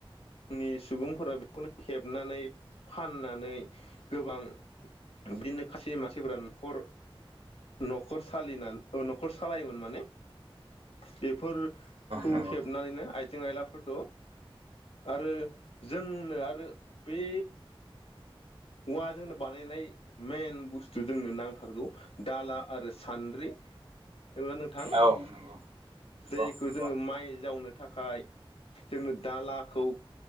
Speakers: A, on the left; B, on the right.
A: नि सु बुंफोरा बेखौनो हेबनानै फाननानै गोबां बिदिनो खायसे मानसिफोरा न'खर न'खर सालिनानै न'खर सालायोमोन माने। बेफोरखौ
B: नंगौ
A: हेबनानैनो
B: नंगौ
A: आइ जें आइलाफोरखौ आरो जोंनो आरो बे हुवा जोंनो बानायनाय मेन बुस्थु जोंनो नांथारगौ। दाला आरो सान्द्रि नंगौना नोंथां
B: औ नंगौ
A: जायखौ
B: नंगौ
A: जोङो
B: नंगौ
A: माइ जावनो थाखाय जोंनो दालाखौ